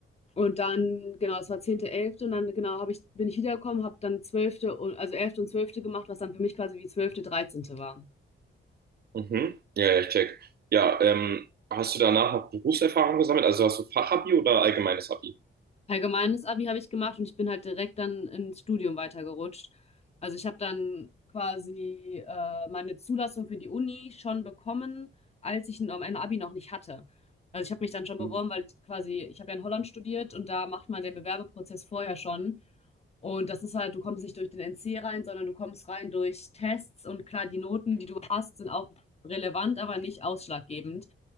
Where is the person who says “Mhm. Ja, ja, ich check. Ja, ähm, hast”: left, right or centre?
Right